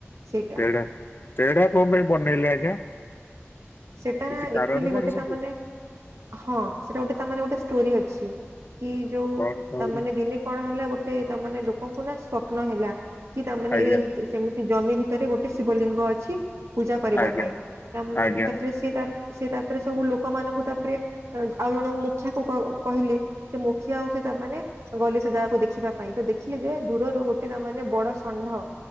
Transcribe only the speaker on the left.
ତେଢା ତେଢା କଣ ପାଇଁ ବନେଇଲେ ଆଜ୍ଞା?
କିଛି କାରଣ
ଜାଣିଛନ୍ତି
କଣ କହିଲେ
ଆଜ୍ଞା
ଆଜ୍ଞା
ଆଜ୍ଞା